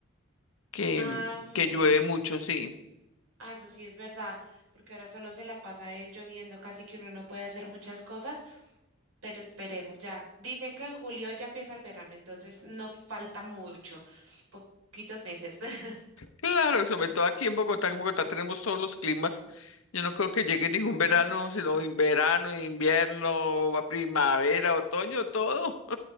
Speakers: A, on the left; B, on the right.
A: que
B: Ah, sí,
A: que llueve mucho, sí.
B: ah, eso sí es verdad, porque ahora solo se la pasa es lloviendo, casi que uno no puede hacer muchas cosas, pero esperemos ya. Dicen que en julio ya empieza el verano, entonces no falta mucho, poquitos meses. <laughs>
A: Claro, sobre todo aquí en Bogotá, en Bogotá tenemos todos los climas. Yo no creo que llegue ningún verano, sino in- verano, invierno, va primavera, otoño, todo.